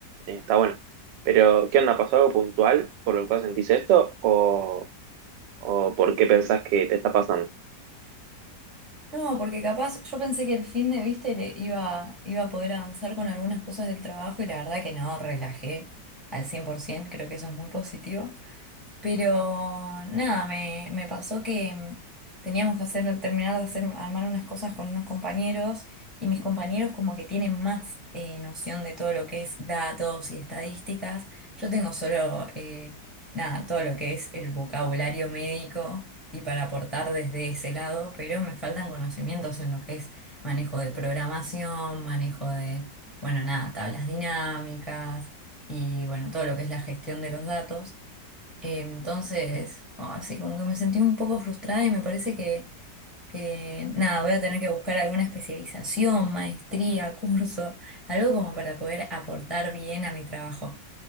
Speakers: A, on the right; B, in the centre.
A: eh, está bueno. Pero, ¿qué onda? ¿Pasó algo puntual por lo cual sentís esto? ¿O, o por qué pensás que te está pasando?
B: No, porque capaz yo pensé que el fin de viste le iba, iba a poder avanzar con algunas cosas del trabajo y la verdad que no, relajé al 100%, creo que eso es muy positivo. Pero nada, me, me pasó que mm, teníamos que hacer, terminar de hacer, armar unas cosas con unos compañeros y mis compañeros como que tienen más eh, noción de todo lo que es datos y estadísticas. Yo tengo solo, eh, nada, todo lo que es el vocabulario médico y para aportar desde ese lado, pero me faltan conocimientos en lo que es manejo de programación, manejo de, bueno, nada, tablas dinámicas y bueno, todo lo que es la gestión de los datos. Entonces, no, así como que me sentí un poco frustrada y me parece que, que, nada, voy a tener que buscar alguna especialización, maestría, <laughs> curso, algo como para poder aportar bien a mi trabajo